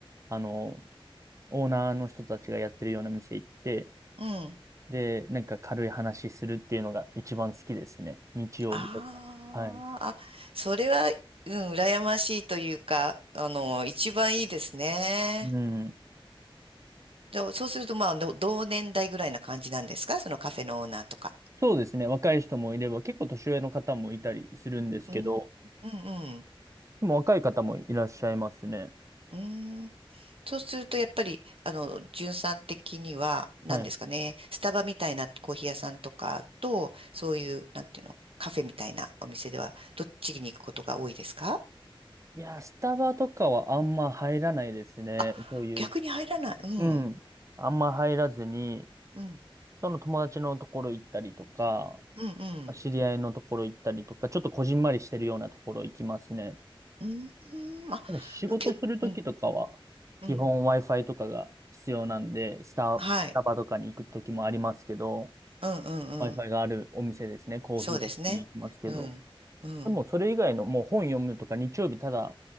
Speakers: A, on the right (about 30°); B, on the right (about 75°).
A: あの、オーナーの人たちがやってるような店行って、
B: うん。
A: で、なんか軽い話するっていうのが一番好きですね。日曜日とか。
B: あーあ、
A: はい。
B: それは、うん、羨ましいというか、あの、一番いいですね。
A: うん。
B: でそうすると、まあ、の同年代ぐらいな感じなんですかそのカフェのオーナーとか。
A: そうですね。若い人もいれば、結構年上の方もいたりするんですけど、
B: うん、うん、うん。
A: でも若い方もいらっしゃいますね。
B: うんそうすると、やっぱり、あの、じゅんさん的には、何ですかね、
A: はい。
B: スタバみたいなコーヒー屋さんとかと、そういう、なんていうの、カフェみたいなお店では、どっちに行くことが多いですか
A: いやー、スタバとかはあんま入らないですね。
B: あ、
A: そういう。
B: 逆に入らない。うん。
A: うん。あんま入らずに、
B: うん。
A: その友達のところ行ったりとか、
B: うん。うん。
A: 知り合いのところ行ったりとか、ちょっとこじんまりしてるようなところ行きますね。
B: うーん。あ、
A: なんか仕事するときとかは、
B: 結構、うん。うん。
A: 基本 Wi-Fi とかが必要なんで、スタ、
B: はい。
A: スタバとかに行くときもありますけど、
B: うんうんうん。
A: Wi-Fi があるお店ですね、コーヒーに行きますけど。
B: そうですね。うん。うん。
A: でも、それ以外の、もう本読むとか、日曜日ただ、